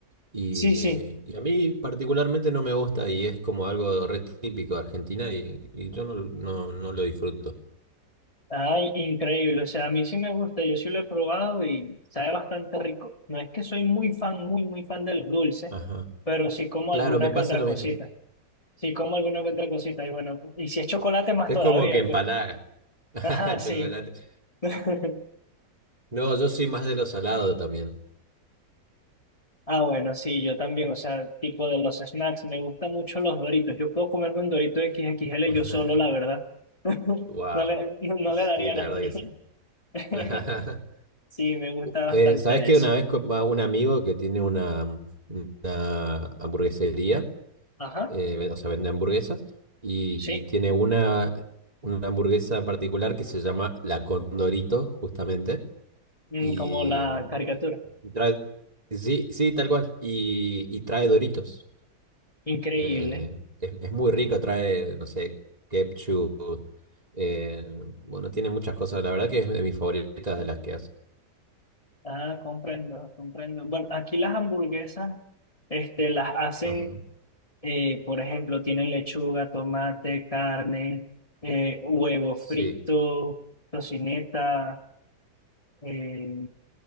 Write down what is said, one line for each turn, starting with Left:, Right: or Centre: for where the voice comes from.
Right: Y,
Left: Sí, sí.
Right: y a mí particularmente no me gusta y es como algo re típico de Argentina y, y yo no, no, no lo disfruto.
Left: Ay, increíble, o sea, a mí sí me gusta, yo sí lo he probado y sabe bastante rico. No es que soy muy fan, muy, muy fan de los dulces,
Right: Ajá.
Left: pero sí como
Right: Claro,
Left: alguna
Right: me pasa
Left: que otra
Right: lo
Left: cosita.
Right: mismo.
Left: Sí como alguna que otra cosita y bueno, y si es chocolate más
Right: Es
Left: todavía,
Right: como que empalaga.
Left: pues.
Right: <laughs>
Left: Ajá, sí.
Right: Chocolate.
Left: <laughs>
Right: No, yo soy más de lo salado también.
Left: Ah, bueno, sí, yo también, o sea, tipo de los snacks, me gustan mucho los Doritos. Yo puedo comerme un Dorito x XXL
Right: <laughs>
Left: yo solo, la verdad. <laughs>
Right: Wow.
Left: No le, no no
Right: Sí,
Left: le daría
Right: la
Left: a nadie.
Right: verdad que sí.
Left: <laughs>
Right: <laughs>
Left: Sí, me gusta
Right: U-
Left: bastante
Right: Eh, ¿sabes
Left: de
Right: que
Left: eso.
Right: una vez co- va un amigo que tiene una, mm, una hamburguesería,
Left: Ajá.
Right: eh, ve- o sea, vende hamburguesas, y,
Left: Sí,
Right: y tiene una, una hamburguesa en particular que se llama La Condorito, justamente,
Left: Mm,
Right: y,
Left: Como la caricatura.
Right: y trae, sí, sí, tal cual, y, y trae Doritos.
Left: Increíble.
Right: Eh, es, es muy rico trae, no sé, ketchup. eh, bueno, tiene muchas cosas. La verdad que es de mis favoritas de las que hace.
Left: Ah, comprendo, comprendo. Bueno, aquí las hamburguesas, este, las hacen,
Right: Ajá.
Left: eh, por ejemplo, tienen lechuga, tomate, carne, eh, huevo frito,
Right: Sí,
Left: tocineta, eh,